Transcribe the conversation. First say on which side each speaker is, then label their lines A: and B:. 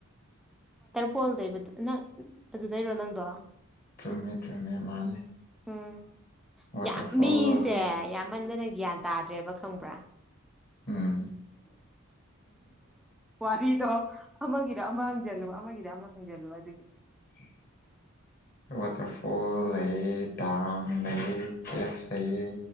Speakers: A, in the centre; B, on the left.
A: ꯐꯣꯜꯗꯕꯗ ꯅꯪ ꯑꯗꯨꯗꯩꯔꯣ ꯅꯪꯗꯣ
B: ꯆꯨꯝꯃꯦ ꯆꯨꯝꯃꯦ ꯃꯥꯅꯦ
A: ꯎꯝ
B: ꯋꯥꯇꯔꯐꯣꯜ
A: ꯌꯥꯝ ꯃꯤꯁꯦ ꯌꯥꯝꯃꯟꯗꯅ ꯒ꯭ꯌꯥꯟ ꯇꯥꯗ꯭ꯔꯦꯕ ꯈꯪꯕ꯭ꯔꯥ
B: ꯎꯝ
A: ꯋꯥꯔꯤꯗꯣ ꯑꯃꯒꯤꯔ ꯑꯃꯒꯤ ꯍ ꯆꯜꯂꯨ ꯑꯃꯒꯤꯗꯤ ꯑꯃ ꯈꯪꯖꯜꯂꯨꯕ ꯑꯗꯨꯗꯒꯤ
B: <unintelligible> ꯋꯥꯇꯔꯐꯣꯜ ꯂꯩꯌꯦ ꯗꯥꯝ ꯂꯩꯌꯦ ꯀꯦ ꯂꯩꯌꯦ